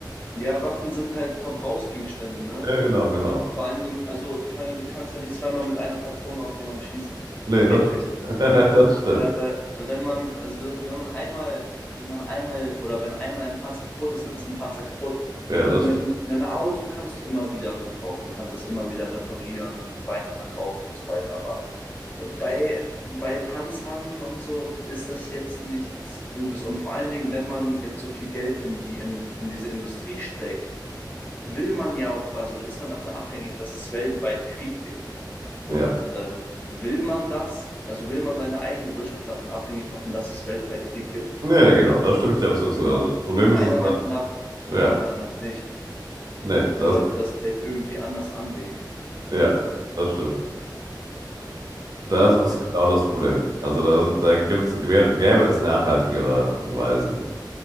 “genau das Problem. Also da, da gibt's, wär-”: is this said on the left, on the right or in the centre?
Right